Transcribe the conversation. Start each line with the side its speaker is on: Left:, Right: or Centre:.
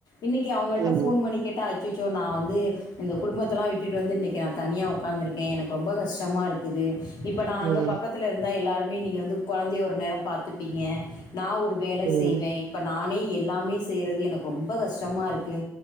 Left: இன்னைக்கி‌ அவங்கள்ட
Right: ம்
Left: போன் பண்ணி கேட்ட ஆச்சுச்சோ நா வந்து இந்த குடும்பத்தல்லா விட்டுட்டு வந்து இன்னைக்கு நா தனியா உக்கார்ந்துருக்கே எனக்கு ரொம்ப கஷ்டமா இருக்குது இப்ப நா
Right: ம்
Left: அங்க பக்கத் பத்தில் இருந்தா எல்லாோருமே நீங்க வந்து கொழந்தைய ஒரு நேரோ பார்த்துப்பீங்க நா ஒரு வேலை
Right: ம்
Left: செய்வே இப்ப நானே எல்லாமே செய்யறது எனக்கு ரொம்ப கஷ்டமா இருக்கு